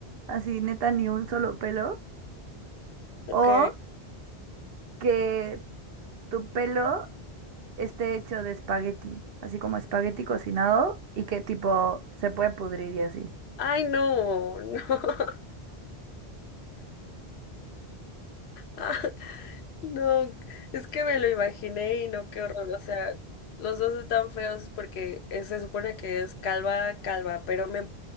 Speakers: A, on the right; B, on the left.
A: así neta ni un solo pelo,
B: Ok.
A: o que tu pelo esté hecho de espagueti, así como espagueti cocinado y que tipo se puede pudrir y así.
B: Ay, no, no. <laughs> Ah, No, es que me lo imaginé y no, qué horror. O sea, los dos están feos porque eh, se supone que es calva, calva, pero me,